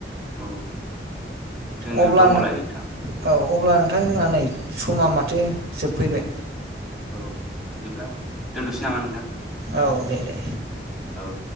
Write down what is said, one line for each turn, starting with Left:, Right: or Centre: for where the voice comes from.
Centre: औ जोंनियाव
Right: अब्लानो
Centre: दङ'लाय नोंथां।
Right: औ अब्ला नोंथांजोंना नै समा माथो जोबफैबाय।
Centre: औ बिदिब्ला दोनथ'सै नामा नोंथां?
Right: औ दे दे।
Centre: औ